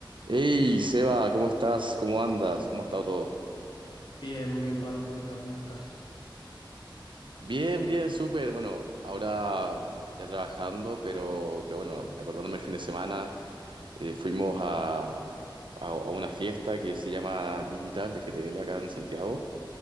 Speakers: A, on the right (about 70°); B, on the left (about 60°).
A: Hey, Seba, ¿cómo estás? ¿Cómo andas? ¿Cómo ha estado todo?
B: Bien, muy bien, Pablo. ¿Tú qué tal? ¿Cómo estás?
A: Bien, bien, súper. Bueno, ahora ya trabajando, pero, pero bueno, acordándome el fin de semana, eh, fuimos a, a- a una fiesta que se llama Digital de GTL acá en Santiago.